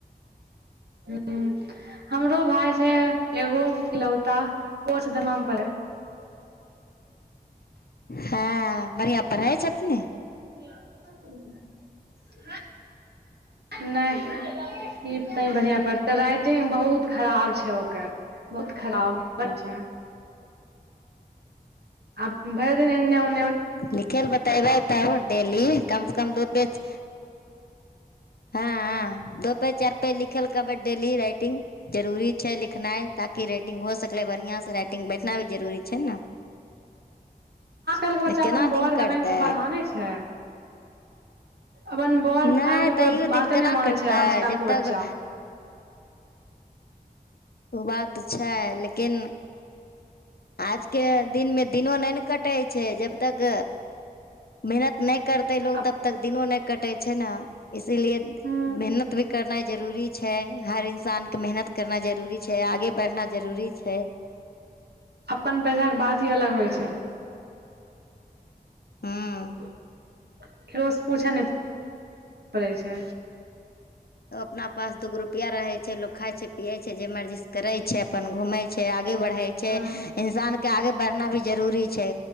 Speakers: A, on the right (about 85°); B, on the left (about 70°).
A: हूँ हमरो भाय छै एगो इकलौता ओ छै -
B: हँ बढियां पढ़इ छथि ने
A: <inaudible> नहि ई पता बढ़िया पढ़त राइटिंग बहुत खराब छै ओकर बहुत खराब छै आ भरि दिन एने ओने
B: लिखै ल बतेबै तब डेली कम से कम दू पेज हँ दो पेज चार पेज लिख खेल कबड्डी ली रइटिंग जरूरी छै लिखनाइ ताकि राइटिंग हो सकलै बढ़िआं से राटिंग बैठना भी जरूरी छै ने
A: आय काल्हि बच्चा
B: नहि
A: अपन
B: केना
A: बर
B: दिन
A: भाय
B: कटतै
A: बहिन के बात मानै छै अपन बर
B: नहि
A: भाई बहिन के
B: तैयो
A: कोइ बाते
B: दिन केना
A: नहि मानै
B: कटतै
A: छै आजकल
B: जब
A: के बच्चा
B: तक ओ बात छै लेकिन आजके दिनमे दिनो नहि ने कटै - छै जब तक मेहनत नहि करते लोग
A: अप
B: तबतक दिनो नहि कटे छै ने इसीलिए
A: हूँ
B: मेहनत भी करनाइ जरूरी छै हर इन्सान के मेहनत करना जरूरी छै आगे बढ़ना जरूरी छै
A: अपन पैसाक के बात ही अलग होइ छै
B: हूँ
A: केकरोसँ पूछै नहि पैरै छै
B: त अपना पास दूगो रुपआ रहै छै लोक खाइ छै पियए छै जे मर्जी से करै छै अपन घुमै छै आगे बढ़ै छै
A: हँ
B: इन्सान आगे बढ़ना भी जरूरी छै